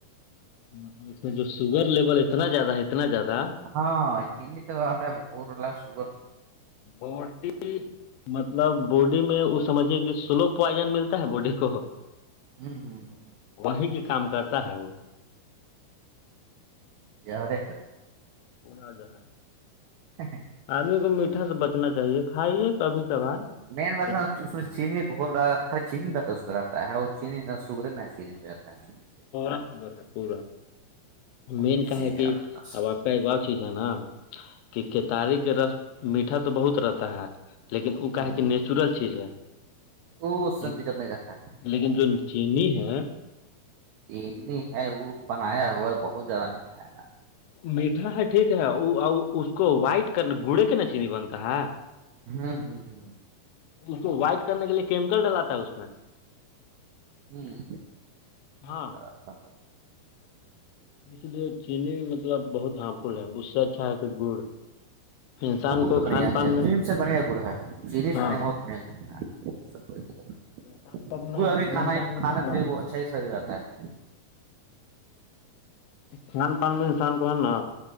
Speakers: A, on the left; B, on the right.
A: مطلب اس میں جو شوگر لیول اتنا زیادہ ہے اتنا زیادہ
B: ہاں چیننی تو ا گورلہ سگر
A: باڈی مطلب باڈی میں وہ سمجھیے کہ سلو پوائزن ملتا ہے باڈی کو
B: ہوں ہوں ہ
A: وہی کی کام کرتا ہے وہ
B: یار ہےل
A: وہنا ج ہے
B: سی
A: آدمی کو میٹھا سے بچنا چاہیے کھائیے کبھی کبھار
B: مین وسا
A: جیسے
B: اس میں چینی ہوول رہا ہے چینی آتا ہے اور چینی سگر چینی ہو جاتا ہے چی سے
A: پا شر ہے پورا مین
B: اور یہ
A: کہ
B: چیز
A: ہے کہ
B: آپ کا
A: اب آپ کا ایک بار چیز ہے نا کہ کیتاری کے رس میٹھا تو بہت رتا ہے لیکن
B: سا
A: وہ کا کہ نیچورل چیز ہے
B: وہ اس سے
A: لیکن
B: دقت نہیں رہتا ہے
A: لیکن جو چینی ہے
B: انی ہے وہ بنایا ہوا ہے بہت زیادہ میٹھا ہے نا
A: میٹھا ہے ٹھیک ہے اس کو وائٹ کر گڑے کے ن چینی بنتا ہے
B: ہاں ہاں ہاں
A: اس کو وائٹ کرنے کے لیے کیمیکل ڈلاتا ہے اس میں
B: ہوں
A: ہاں
B: برس ہ
A: اس لیے چینی مطلب بہت ہارم فل ہے اس سے اچھا ہے کہ گڑ انسان
B: گڑ
A: کو
B: تو بڑھیا
A: کھان پان
B: ہے
A: میں
B: چین سے بڑھیا گڑ ہے چینی
A: ہاں
B: سے بڑھیا بہت بڑھیا گڑ ہے سب کوئی دقت نہیں
A: کھان پان میں
B: کو ابھی
A: کھان
B: کھانا
A: پان
B: ہی
A: میں
B: کھانا
A: ہے نا
B: پے وہ اچھا ہی سریر رہتا ہے
A: کھان پان میں انسان کو ہے نا